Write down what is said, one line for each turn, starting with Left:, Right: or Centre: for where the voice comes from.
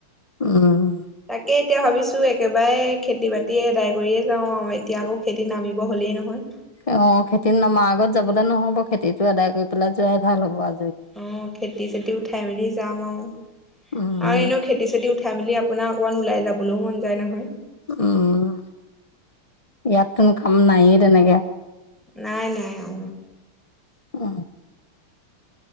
Left: উম
Centre: তাকে এতিয়া ভাবিছো একেবাৰে খেতি বাতি আদায় কৰিয়ে যাওঁ আৰু এতিয়া আকৌ খেতি নামিব হ'লেই নহয়
Left: অ খেতি নমাৰ আগত যাবলে নহব খেতিটো আদায় কৰি পেলাই যোৱাই ভাল হ'ব আ
Centre: অ খেতি চেতি উঠাই মেলি যাম আৰু আৰু
Left: উম,
Centre: এনেও খেতি চেতি ফেমিলি আপোনাৰ অকণমান ওলাই যাবলৈও মন যায় নহয়
Left: উম ইয়াত কোনো কাম নাইয়ে তেনেকে
Centre: নাই নাই অ
Left: অ